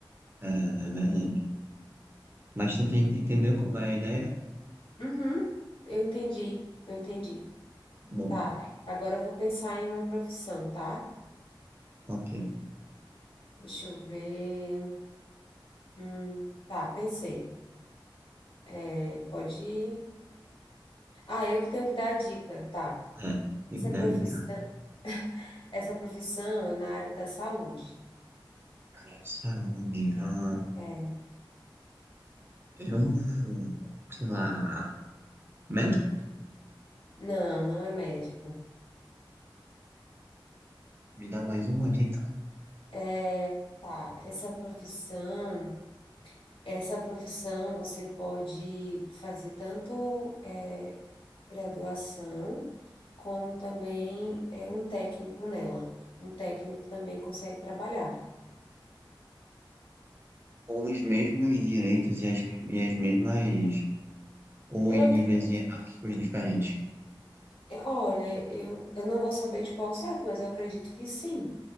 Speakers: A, on the right; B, on the left.
A: É, é verdade. Mas você tem- entendeu como é a ideia?
B: Uhum, eu entendi, eu entendi.
A: Boa.
B: Tá, agora eu vou pensar em uma profissão, tá?
A: Ok.
B: Deixa eu ver. Hum, tá, pensei. É, pode ir. Ah, eu que tenho que dar a dica, tá.
A: É.
B: Essa
A: E
B: profissão,
A: daí, cara?
B: essa profissão é na área da saúde.
A: Cara de Saúde. Ah,
B: É.
A: eu, sei lá, médico?
B: Não, não é médico.
A: Me dá mais uma dica.
B: É, tá, essa profissão, essa profissão você pode fazer tanto. é, graduação, como também é um técnico nela. Um técnico também consegue trabalhar.
A: Com os mesmos direitos e as, e as mesmas ou
B: Eu
A: em
B: acredito,
A: níveis hierárquicos diferentes?
B: é, olha, eu, eu não vou saber tipo ao certo, mas eu acredito que sim.